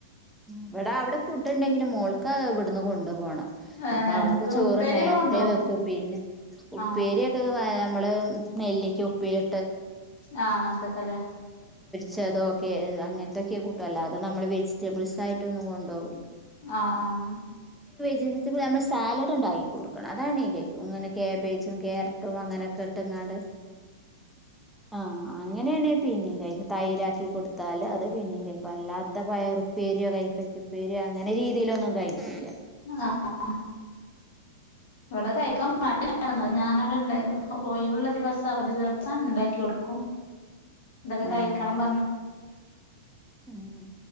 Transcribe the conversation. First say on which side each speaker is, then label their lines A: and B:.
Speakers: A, in the centre; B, on the left (about 55°).
A: ഇവിടെ, അവിടെ ഫുഡ്, ഉണ്ടെങ്കിലും മോൾക്ക ഇവിടന്ന് കൊണ്ട് പോണം
B: ഏ
A: അപ്പോ അവൾക്
B: ഇത്
A: ചോറ്
B: ഉപ്പേരിയൊക്കെ
A: നേരത്തെ
B: കൊണ്ടോവും
A: വെക്കും പിന്നെ ഉപ്പേരിക്കെ
B: ആ
A: നമ്മള് നെല്ലിക്ക ഉപ്പില്
B: ആ അങ്ങനത്തൊക്കെല്ലേ
A: ചെതൊക്കെ, അങ്ങനത്തെയൊക്കെ കൂട്ടാ അല്ലാതെ, നമ്മൾ വേജിറ്റബാൾസ്, ആയിട്ടൊന്നും കൊണ്ടു
B: ആഹ ആഹ
A: ജീവിതത്തിൽ, നമ്മൾ സാലഡ് ഉണ്ടാക്കി കൊടുക്കണം. അതാണ് ഈ കഴിക്കും, ഇങ്ങനെ കേബേജും, ക്യാരറ്റും, അങ്ങനെയൊക്കെ ഇട്ട്ങ്ങാണ്ട് ആ ആ അങ്ങനെയാണെങ്കിൽ തിന്നും കഴിക്കും, തൈരാക്കി കൊടുത്താൽ അത് പിന്നെയും കഴിക്കും അല്ലാത്ത പയറും. ഉപ്പേരിയോ, കൈപ്പക്കാഉപ്പേരിയോ അങ്ങനെ, രീതിയിലൊന്നും കഴിക്കില്ല.
B: ആഹ ഇവിടെ കഴിക്കാൻ ഞൻ അവിടെ ഇണ്ടാകും ഒഴിവുള്ള ദിവസം അവധി ദിവസം ഉണ്ടാക്കിക്കൊടുക്കും ഉം
A: ആഹ് ആഹ്